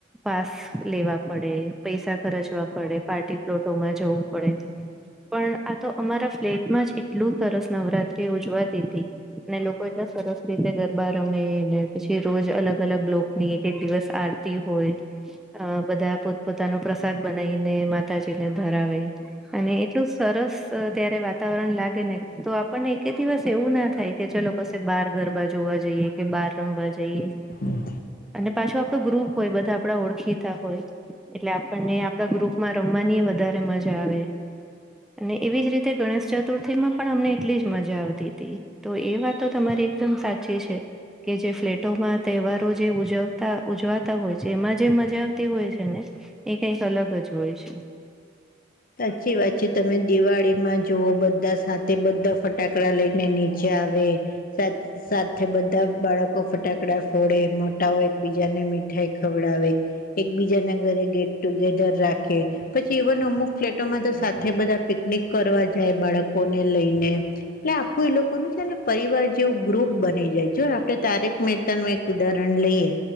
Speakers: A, in the centre; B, on the left.
A: પાસ લેવા પડે પૈસા ખર્ચવા પડે પાર્ટી પ્લોટોમાં જવું પડે પણ આ તો અમારા ફ્લેટમાં જ એટલું સરસ નવરા ત્રી ઉજવાતીતી અને લોકો એટલા સરસ રીતે ગરબા રમેને પછી રોજ અલગ અલગ લોકની એક એક દિવસ આરતી હોય અ બધા પોત પોતાનો પ્રસાદ બનાવીને માતાજીને ધરાવે અને એટલું સરસ ત્યારે વાતાવરણ લાગે ને તો પણ એક દિવસ એવું ના થાય કે ચલો કશે બાર ગરબા જોવા જઈએ કે બહાર રમવા જઈએ
B: હમ.
A: અને પાછું આપણો ગ્રુપ હોય બધા આપડા ઓળખીતા હોય એટલે આપણને આપડા ગ્રુપમાં રમવાની વધારે મજા આવે અને એવી જ રીતે ગણેશ ચતુર્થીમાં પણ અમને એટલી જ મજા આવતી તી તો એ વાતો તમારી એકદમ સાચી છે. કે જે ફ્લેટોમાં તહેવારો જે ઉજવતા ઉજવાતા હોય છે, એમાં જે મજા આવતી હોય છે, ને એ કંઈક અલગ જ હોય છે.
B: સાચી વાત છે, તમે દિવાળીમાં જુઓ બધા સાથે બધા ફટ ટાકડા લઈને નીચે આવે સા સાથે બધા બાળકો ફટાકડા ફોડે મોટાઓ એક બીજાને મીઠાઈ ખવડાવે એકબીજાના ઘરે ગેટ ટુગેધર રાખે પછી એવન અમુ ફ્લેટોમાં તો સાથે બધા પિકનિક કરવા જાય બાળકોને લઈને ને આખું એ લોકોનું છે, ને પરિવાર જેવું ગ્રુપ બની જાય જો આપડે તારેક મહેતાનું ઉદાહરણ લઈએ